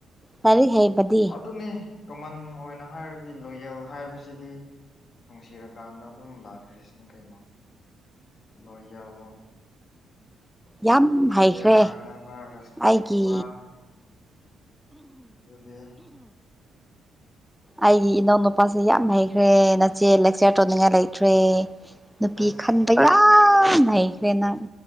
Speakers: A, in the centre; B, on the left (about 45°).
A: ꯂꯔ ꯍꯦꯕꯗꯤ
B: ꯑꯗꯨꯝꯅꯤ ꯀꯃꯟ ꯑꯣꯏꯅ ꯍꯥꯏꯔꯗꯤ ꯂꯣꯌꯦꯜ ꯍꯥꯏꯕꯁꯤꯗꯤ ꯅꯨꯡꯁꯤꯔꯀꯥꯟꯗ ꯑꯗꯨꯝ ꯂꯥꯛꯈ꯭ꯔꯤꯁꯤꯅꯦ ꯀꯩꯅꯣ ꯂꯣꯏ ꯌꯥꯑꯣ
A: ꯌꯥꯝ ꯍꯩꯈ꯭ꯔꯦ
B: ꯀꯦꯌꯔ ꯍꯥꯏꯕ ꯔꯦꯁꯄꯦꯛ
A: ꯑꯩꯒꯤ
B: ꯍꯧꯕ ꯑꯗꯨꯗ
A: ꯑꯩꯒꯤ ꯏꯅꯥꯎ ꯅꯨꯄꯥꯁꯦ ꯌꯥꯝ ꯍꯩꯈ꯭ꯔꯦ ꯅꯆꯦ ꯂꯦꯛꯆꯔ ꯇꯧꯅꯤꯡꯉꯥꯏ ꯂꯩꯇ꯭ꯔꯦ ꯅꯨꯄꯤ
B: ꯑꯁ
A: ꯈꯟꯕ ꯌꯥꯝ ꯂꯩꯈ꯭ꯔꯦꯅ